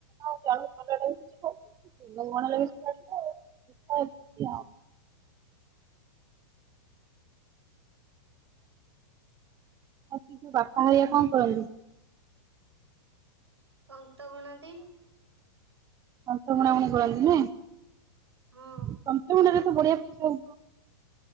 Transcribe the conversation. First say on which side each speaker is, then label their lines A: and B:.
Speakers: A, on the right; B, on the right.
A: ଆଉ ଜଳୁ କଲ ଲାଗଛି ଖାଉ କଣ ଲାଗି ଆ ଆଉ <unintelligible> ଆଉ ସେ ଯୋଉ ବାପା ହେରିକା କଣ କରନ୍ତି।
B: ତନ୍ତ ବୁଣନ୍ତି।
A: ତନ୍ତବୁଣାବୁଣି
B: ହଁ
A: କରନ୍ତି ନାଇଁ।
B: ହଁ
A: ତନ୍ତ ବୁଣା ରେ ତ ବଢିଆ ପଇସା ହୋଉଥିବ।